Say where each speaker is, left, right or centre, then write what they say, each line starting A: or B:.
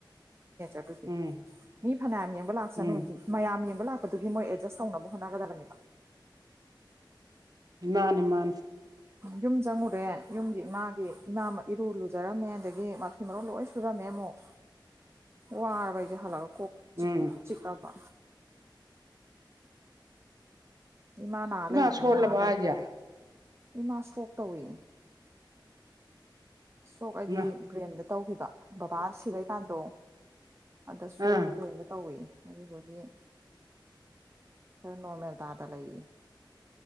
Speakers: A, on the right; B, on the right.
A: ꯑꯗꯨꯗꯤ
B: ꯎꯝ
A: ꯃꯤ ꯐꯅꯌꯥꯝ ꯌꯦꯡꯕ ꯂꯥꯛꯁꯅꯨ
B: ꯎꯝ
A: ꯃꯌꯥꯝ ꯌꯦꯡꯕ ꯂꯥꯛꯄꯗꯨꯒꯤ ꯃꯣꯏ ꯑꯦꯗꯖꯁ ꯇꯧꯅꯕ ꯍꯣꯠꯅꯒꯗꯕꯅꯦꯕ
B: ꯃꯥꯅꯦ ꯃꯥꯅꯦ
A: ꯌꯨꯝ ꯆꯪꯉꯨꯔꯦ ꯌꯨꯝꯒꯤ ꯏꯃꯥꯒꯤ ꯏꯃꯥ ꯏꯔꯨ ꯂꯨꯖꯔꯝꯃꯦ ꯑꯗꯒꯤ ꯃꯐꯤ ꯃꯔꯣꯟ ꯂꯣꯏ ꯁꯨꯔꯝꯃꯦ ꯑꯃꯨꯛ ꯋꯥꯔꯕ ꯑꯩꯁ‌ꯦ ꯍꯂꯛ ꯀ‌ꯣꯛ
B: ꯎꯝ
A: ꯆꯤꯛ ꯆꯤꯛꯑꯕꯥ ꯏꯃꯥ ꯅꯥ ꯂꯩ
B: ꯁꯣꯜꯂꯕꯣ
A: ꯅꯥ
B: ꯍꯥꯏꯖꯦ
A: ꯂꯩ ꯏꯃꯥ ꯏꯁꯇ꯭ꯔꯣꯛ ꯇꯧꯏ ꯁꯇ‌ꯣꯛ ꯍꯥꯏꯗꯤ
B: ꯏꯃꯥ
A: ꯕ꯭ꯔꯦꯟꯗ ꯇꯧꯈꯤꯕ ꯕꯕꯥ ꯁꯤꯕꯩꯀꯥꯟꯗꯣ ꯑꯗ
B: ꯑꯥ
A: ꯁꯣꯞ ꯕ꯭ꯔꯦꯟꯗ ꯇꯧꯋꯤ ꯑꯗꯨꯗꯨꯒꯤ ꯈꯔ ꯅꯣꯔꯃꯦꯜ ꯇꯥꯗꯟ ꯂꯩ